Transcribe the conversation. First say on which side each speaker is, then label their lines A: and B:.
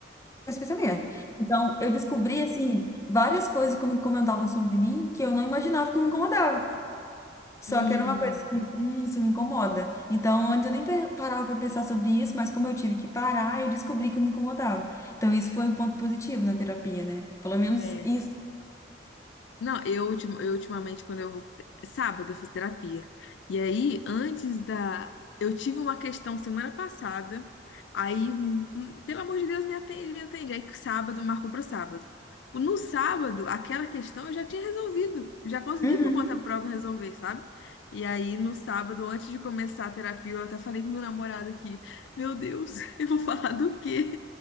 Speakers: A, on the left (about 15°); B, on the left (about 75°).
A: esse pensamento. Então, eu descobri, assim, várias coisas que me incomodavam sobre mim que eu não imaginava que me incomodava. Só
B: Hum,
A: que era uma coisa assim, hum, isso me incomoda. Então, antes eu nem pe- parava para pensar sobre isso, mas como eu tive que parar, eu descobri que eu me incomodava. Então, isso foi um ponto positivo na terapia, né? Pelo menos
B: É,
A: isso.
B: Não, eu, ultim- eu ultimamente, quando eu vou. Sábado eu fiz terapia. E aí, antes da. Eu tive uma questão semana passada. Aí, hum, hum, pelo amor de Deus, me atende, me atende. Aí, sábado, marcou para sábado. No sábado, aquela questão eu já tinha resolvido. Já consegui
A: Uhum,
B: por conta própria resolver, sabe? E aí, no sábado, antes de começar a terapia, eu até falei com meu namorado aqui: Meu Deus, <laughs> eu vou falar do quê?